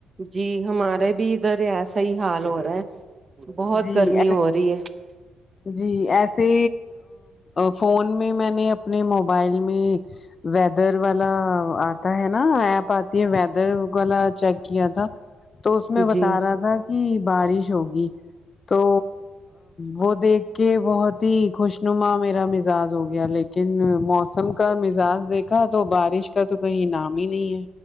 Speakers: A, on the right; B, on the left.
A: جی ہمارے بھی ادھر ایسا ہی حال ہو رہا ہے بہت
B: جی
A: گرمی
B: اللہ
A: ہو رہی ہے
B: جی ایسے فون میں میں نے اپنے موبائل میں ویدر والا آتا ہے نا آپ آتی ہے و ویدروالاچیک کیا تھا تو اس میں بتا
A: جی
B: رہا تھا کہ بارش ہوگی تو وہ دیکھ کے بہت ہی خوشنما میرا مزاج ہو گیا لیکن لیکن موسم کا مزاج دیکھا تو بارش کا تو کہیں نام ہی نہیں ہے